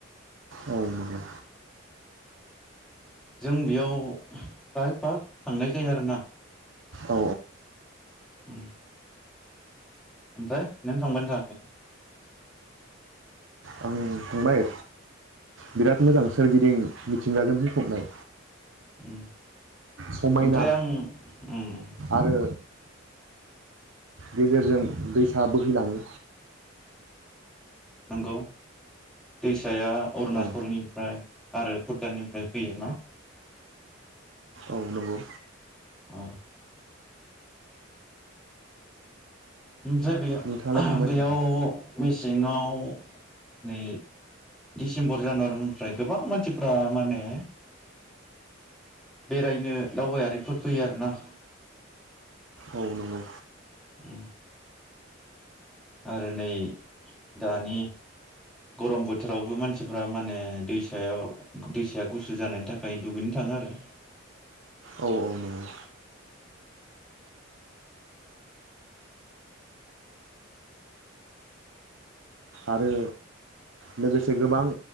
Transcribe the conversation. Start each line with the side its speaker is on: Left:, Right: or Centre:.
Right: औ नंगौ
Centre: जों बेयाव जायफा थांनाय जायो आरोना?
Right: औ
Centre: उ ओमफ्राय नों थांबानो थायाखै।
Right: आं थांबाय बिराद मोजां सोरगिदिं मिथिंगाजों बुंफबनाय।
Centre: उ
Right: समायना
Centre: ओमफ्राय आं उम उम
Right: आरो गेजेरजों दैसा बोहैलाङो।
Centre: नंगौ दैसाया अरुनाचलनिफ्राय
Right: औ
Centre: आरो भुटाननिफ्राय फैयोना?
Right: औ नंगौ
Centre: औ ओमफ्राय बे
Right: नोंथाङालाय थांबाय
Centre: बेयाव
Right: थायाखै
Centre: मेसेंआव नै दिसेम्बर जानुवारिनिफ्राय गोबां मानसिफ माने बेरायनो दावबायारिफोर फैयो आरोना
Right: औ नंगौ
Centre: उम आरो नै दानि गरम बोथोरावबो मानसिफ्रा माने दैसायाव दैसाया गुसु जानायनि थाखाय दुगैनो थाङो आरो।
Right: औ औ नंगौ आरो लोगोसे गोबां